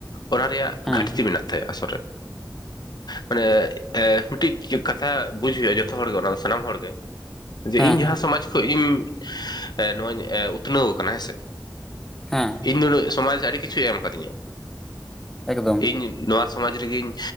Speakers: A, on the left; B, in the centre.
A: ᱚᱱᱟ ᱨᱮᱭᱟᱜ
B: ᱦᱮᱸ
A: ᱜᱷᱟᱴᱛᱤ
B: ᱦᱮᱸ
A: ᱢᱮᱱᱟᱜ ᱛᱟᱭᱟ ᱟᱥᱚᱞ ᱨᱮ᱾ ᱢᱟᱱᱮ ᱮᱸ ᱢᱤᱫᱴᱤᱡ ᱠᱟᱛᱷᱟ ᱵᱩᱡ ᱦᱩᱭᱩᱜᱼᱟ ᱡᱚᱛᱚ ᱦᱚᱲᱜᱮ ᱚᱱᱟ ᱫᱚ ᱥᱟᱱᱟᱢ ᱦᱚᱲᱜᱮ ᱾ ᱡᱮ
B: ᱦᱮᱸ
A: ᱤᱧ
B: ᱦᱮᱸ
A: ᱡᱟᱦᱟᱸ ᱥᱚᱢᱟᱡᱽ ᱠᱷᱚᱡ ᱤᱧ ᱮᱸ ᱱᱚᱣᱟᱧ ᱩᱛᱱᱟᱹᱣ ᱠᱟᱱᱟ ᱦᱮᱸᱥ
B: ᱦᱮᱸ᱾
A: ᱤᱧ ᱫᱚ ᱱᱩᱭ ᱥᱚᱢᱟᱡᱽ ᱟᱹᱰᱤ ᱠᱤᱪᱷᱩᱭ ᱮᱢ ᱠᱟᱫᱤᱧᱟᱭ,
B: ᱮᱠᱫᱚᱢ
A: ᱤᱧ ᱱᱚᱣᱟ ᱥᱚᱢᱟᱡᱽ ᱨᱤᱜᱤᱧ